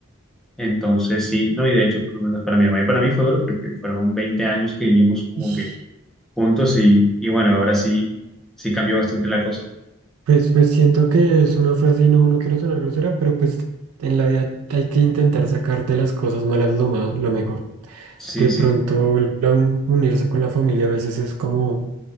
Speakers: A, in the centre; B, on the right (about 85°).
A: Entonces sí, no, y de hecho, por lo menos para mi hermano y para mí fue duro, porque fueron 20 años que vivimos como
B: ish,
A: que juntos y, y bueno, ahora sí, sí cambió bastante la cosa.
B: Pues, pues siento que es una frase y no, no quiero sonar grosera, pero pues en la vida hay que intentar sacarte las cosas malas lo más, lo mejor.
A: Sí,
B: De
A: sí,
B: pronto la un- unirse con la familia a veces es como